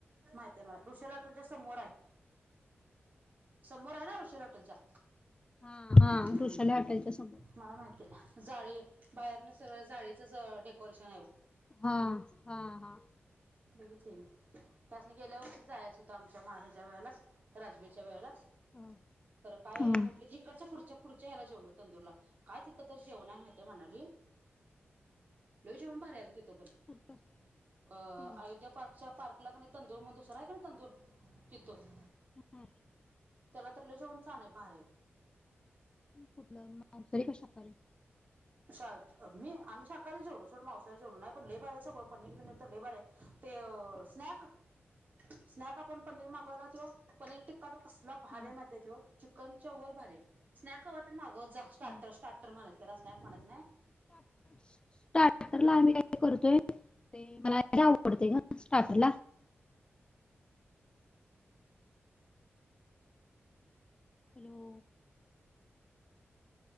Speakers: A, on the right; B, on the left.
A: माहित आहे मलां ऋषला तुच्यांया समोर आहे समोर आहे नां ऋवलं हॉटेलच्यां
B: हा हा
A: हम्मं
B: वृषाली हॉटेलच्या समोर
A: मलां माहिती आहे जाळी बाहेरनं सगळं जाळीचंच डेकोरेशन आहे बघं
B: हां हां हां
A: बघितले त्यांस नाहीं गेल्यां वर्षी जायचं होतं आमच्यां माहेच्यां वेळेला चं राजवीरच्यां वेळेला चं
B: हा
A: खरं कायं
B: हा
A: म्हंटलं तिकडच्यां पुढच्यां पुढच्यां यांयला जेवलो तंदूरलां कायं तिथं तरं जेवणं आहे माहिती आहे म्हणारी लंय जेवणं भारी गं तिथं पणं
B: कुठलं
A: अं
B: हा
A: अयोध्या पार्कच्या पार्क कलां आहे तंदूर मं दूरसरा आहे की नाही तंदूर तिथं
B: हा
A: त्यांला तरं लंय जेवणं छांन आहे भारी आहे
B: कुठलं मवसरी कशा करे
A: आम्हीं सकाळीं जेवलो सोडं मावसायारी जवले नाहीं पणं लयं भारी सगळं पनीर पिनीर तरं लेबर आहे ते स्नॅक स्नॅक आपणं पनीर मागवांयला तो पनीर टिक्कां तरं कसलां भारे
B: हा
A: माहिती ते चिकनच्यां वरं भारी आहे स्नॅक हवां तरं मांगवत जां स्टार्टर
B: हा
A: म्हणायचं त्यांला स्नॅक म्हणायचं नाहीं
B: स्टार्टर आम्हीं कांहीं करतोय. ते मलां लयं आवडते गं स्टार्टर लां हॅलो.